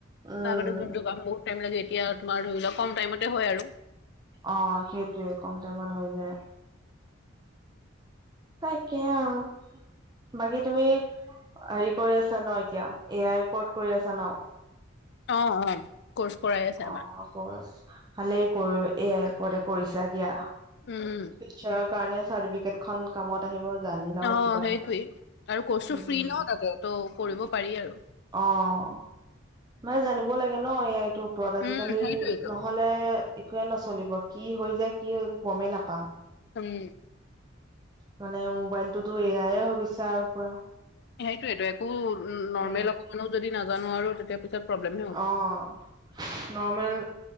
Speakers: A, on the right; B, on the left.
A: উম।
B: আগতে যোনটো কাম বহুত টাইম লাগে এতিয়া তোমাৰ ধৰি লোৱা কম টাইমতে হয় আৰু।
A: অ', সেইটোয়ে কম টাইমত হৈ যায়। তাকে আৰু। বাকী তুমি হেৰি কৰি আছা ন' এতিয়া, এ আইৰ ওপৰত কৰি আছা ন'?
B: অ', অ'। কৰ্চ কৰাই আছে আমাৰ।
A: অ', কোচ ভালেই কৰ এআই ওপৰতে কৰিছা দিয়া।
B: উম।
A: ফিউচাৰৰ কাৰণে চাৰ্টিফিকেট খন কামত আহিব। জানিলাও
B: অ',
A: কিবা
B: সেইটোৱেই আৰু কৰ্চটো
A: উম
B: ফ্ৰী ন' তাতে ত' কৰিব পাৰি আৰু।
A: অ', মানে জানিব লাগে ন' এআইটোৰ ওপৰত আজিকালি,
B: উম, সেইটোৱেইটো।
A: নহ লে একোৱে নচলিব কি হৈ যায় কি হৈ একো গ'মেই নাপাম।
B: উম।
A: মানে মোবাইলটোতো এয়াই হৈ গৈছে আৰু পুৰা।
B: সেইটোয়েইটো একো নৰ্মেল
A: উম,
B: অকমানো যদি নাজানো আৰু তেতিয়া পিছত প্ৰব্লেমহে হ'ব।
A: অ', নৰ্মেল